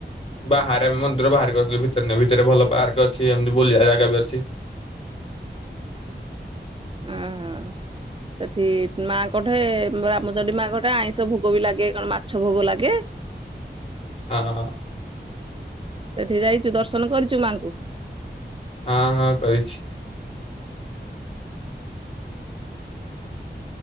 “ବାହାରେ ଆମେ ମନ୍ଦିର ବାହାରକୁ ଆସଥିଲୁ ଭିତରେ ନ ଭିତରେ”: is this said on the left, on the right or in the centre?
Left